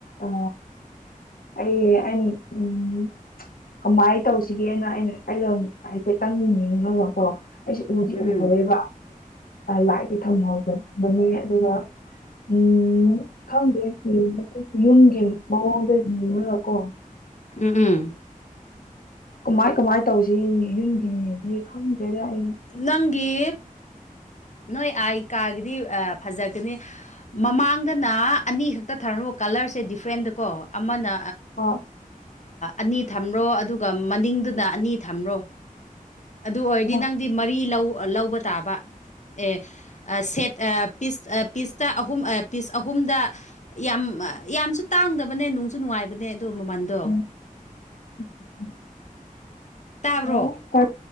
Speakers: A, on the left; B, on the left.
A: ꯎ ꯑꯩ ꯑꯩ ꯎꯝ ꯀꯃꯥꯏꯅ ꯇꯧꯁꯤꯒꯦꯅ ꯑꯩꯅ ꯑꯩ ꯍꯥꯏꯐꯦꯠꯇꯪ ꯌꯦꯅꯤꯡꯉꯑꯀꯣ ꯑꯩꯁꯨ ꯎꯗꯤ
B: ꯎꯝ
A: ꯎꯍꯧꯋꯦꯕꯣ ꯂꯥꯏꯗꯤ ꯊꯝꯍꯧꯕꯅꯦ ꯑꯗꯨꯒ ꯎꯝ ꯈꯪꯗꯦ ꯌꯨꯝꯒꯤ ꯃꯑꯣꯡꯗ ꯌꯦꯡꯉꯒꯀꯣ
B: ꯎꯝ ꯎꯝ
A: ꯀꯃꯥꯏ ꯀꯃꯥꯏꯅ ꯇꯧꯁꯤꯒꯦꯅꯦ ꯌꯨꯝꯒꯤꯗꯤ ꯈꯪꯗ꯭ꯔꯦꯗ ꯑꯩ
B: ꯅꯪꯒꯤ ꯅꯣꯏ ꯑꯥ ꯀꯥꯒꯤꯗꯤ ꯐꯖꯒꯅꯤ ꯃꯃꯥꯡꯗꯅ ꯑꯅꯤ ꯈꯛꯇ ꯊꯥꯔꯣꯕ ꯀꯂꯔꯁꯦ ꯗꯤꯐ꯭ꯔꯦꯟꯗꯀꯣ ꯑꯃꯅ
A: ꯑ
B: ꯑꯅꯤ ꯊꯝꯔꯣ ꯑꯗꯨꯒ ꯃꯅꯤꯡꯗꯨꯅ ꯑꯅꯤ ꯊꯝꯔꯣ ꯑꯗꯨ ꯑꯣꯏꯔꯗꯤ
A: ꯑ
B: ꯅꯪꯗꯤ ꯃꯔꯤ ꯂꯧ ꯂꯧꯕ ꯇꯥꯕ ꯑꯦ ꯁꯦꯠ ꯄꯤꯁ ꯄꯤꯁꯇ ꯑꯍꯨꯝ ꯄꯤꯁ ꯑꯍꯨꯝꯗ ꯌꯥꯝ ꯌꯥꯝꯁꯨ ꯇꯥꯡꯗꯕꯅꯦ ꯅꯨꯡꯁꯨ ꯅꯨꯡꯉꯥꯏꯕꯅꯦ ꯑꯗꯨ ꯃꯃꯟꯗꯣ
A: ꯎꯝ ꯎꯝ ꯎꯝ <inaudible>
B: ꯇꯥꯕ꯭ꯔꯣ
A: ꯑꯣ